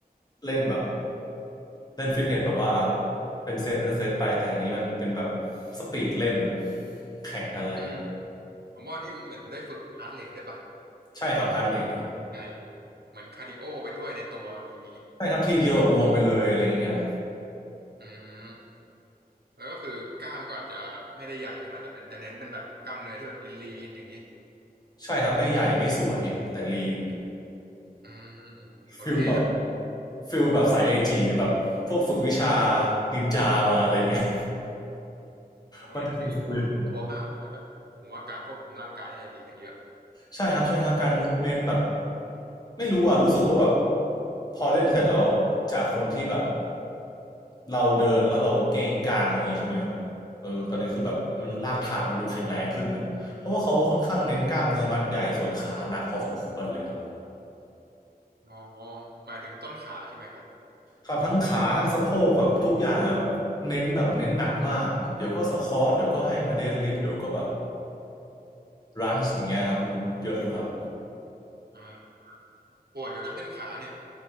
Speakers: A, on the left (about 25°); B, on the right (about 85°).
A: เล่นแบบเล่นฟิตเนสแบบว่าเป็นเซตเป็นเซตไปแต่อันนี้มันเป็นแบบสปีดเล่นอะแข่งกันเลย
B: อืมผมว่านี่มันเหมือนได้ฝึกฮาร์ดเรทได้ปะ
A: ใช่ครับฮาร์ดเรทครับ
B: ใช่เหมือนคาร์ดิโอไปด้วยในตัวอะไรอย่างนี้
A: ใช่ครับทีเดียวแบบรวมไปเลยอะไรอย่างเงี้ย
B: อืมแล้วก็คือกล้ามก็อาจจะไม่ได้ใหญ่ใช่ไหมแต่เป็นแต่เน้นเป็นแบบกล้ามเนื้อที่แบบลีนๆอย่างนี้
A: ใช่ครับไม่ใหญ่ไม่สวยแต่ลีน
B: อืมโหเท่นะ
A: ฟิลแบบฟิลแบบสายเอจีแบบพวกฝึกวิชานินจามาอะไรอย่างเงี้ย
B: โอ้ยอย่างนี้มันดูครบตัวมากนะแบบผมว่าการควบคุมร่างกายน่าจะดีขึ้นเยอะ
A: มันจะเป็นฟิลอย่างนั้น ใช่ครับใช่ครับการ movement แบบไม่รู้อ่ะรู้สึกว่าแบบพอเล่นเสร็จแล้วจากคนที่แบบเราเดินแล้วเราเกรงกลางอย่างนี้ใช่ไหมครับเออตอนนี้คือแบบมันลากฐานมันดูแข็งแรงขึ้นนะเพราะว่าเขาค่อนข้างเน้นกล้ามเนื้อมัดใหญ่ส่วนขาหนักพอสมควรเลยครับ
B: อ๋อหมายถึงต้นขาใช่ไหมครับ
A: ครับทั้งขาทั้งสะโพกแบบทุกอย่างอะแบบเน้นแบบเน้นหนักมากอะเดี๋ยวก็สควอทเดี๋ยวก็ให้มาเดดลิฟต์เดี๋ยวก็แบบรันช์อย่างเงี้ยครับมันเยอะอยู่ครับ
B: อ่าปวดอยู่นะเส้นขาเนี่ย